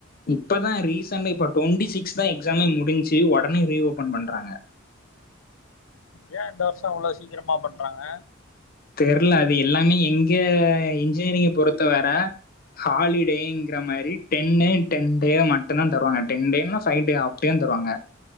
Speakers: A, on the left; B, on the left.
A: இப்பதா ரீசெண்டா இப்ப டொண்ட்டி சிக்ஸ் தா எக்ஸாமே முடிஞ்ச்சு ஒடனே ரீஓப்பன் பண்றாங்க
B: ஏ இந்த வர்ஷோ இவ்ளோ சீக்கிரமா பண்றாங்க
A: தெர்ல அது எல்லாமே இங்க இன்ஜினியரிங்க பொறுத்த வர ஹாலிடேங்கிற மாரி டென்னு டென் டே மட்டுந்தா தருவாங்க டென் டேன்லா ஃபை டே அப்டியு தருவாங்க